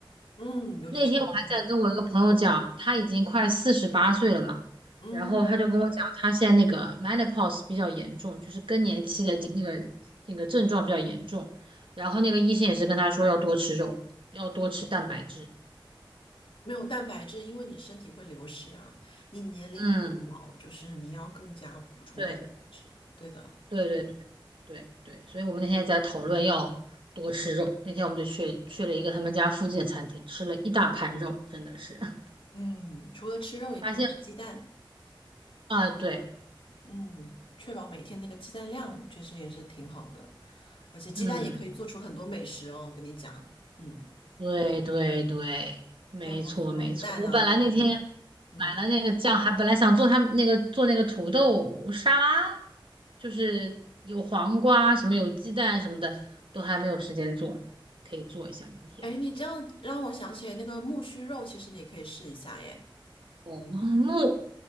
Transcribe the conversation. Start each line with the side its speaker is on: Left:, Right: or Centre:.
Left: 嗯，尤其是羊肉，
Right: 那天我还在跟我一个朋友讲，他已经快四十八岁了嘛，
Left: 嗯，
Right: 然后他就跟我讲，他现在那个 menopause 比较严重，就是更年期的那个那个症状比较严重，然后那个医生也是跟他说要多吃肉，要多吃蛋白质。
Left: 没有蛋白质，因为你身体会流失啊。你年龄越老，
Right: 嗯，
Left: 就是你要更加补充蛋白质。
Right: 对
Left: 对的，
Right: 对对对对对，所以我们那天在讨论要多吃肉，那天我们就去去了一个他们家附近的餐厅，吃了一大盘肉，真的是 <laughs>
Left: 嗯，除了吃肉，也可以吃鸡蛋，
Right: 发现啊，对，
Left: 嗯，确保每天那个鸡蛋量，确实也是挺好的。而且鸡蛋也可以做出很多美食哦，
Right: 嗯。
Left: 我跟你讲，嗯，
Right: 对对对，没错没错。
Left: 像什么芙蓉蛋啊之类的，
Right: 我本来那天
Left: 嗯，
Right: 买了那个酱，还本来想做他们那个做那个土豆沙拉，就是有黄瓜什么有鸡蛋什么的，都还没有时间做，可以做一下明天。
Left: 哎，你这样让我想起那个木须肉，其实你也可以试一下耶。
Right: 哦，木木